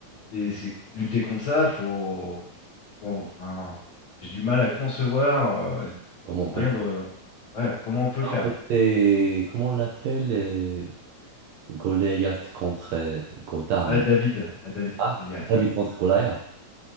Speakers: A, on the left; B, on the right.
A: et c'est lutter contre ça, faut. faut- enfin, j'ai du mal à concevoir euh,
B: Comment
A: les
B: on
A: moyens
B: peut le faire?
A: de. euh, ouais, comment on peut le
B: En
A: faire?
B: fait, c'est, comment on l'appelle? euh, Goliath contre euh, Gotham.
A: Ouais, David, ouais, David contre
B: Ah,
A: Goliath.
B: David
A: Ouais,
B: contre Goliath.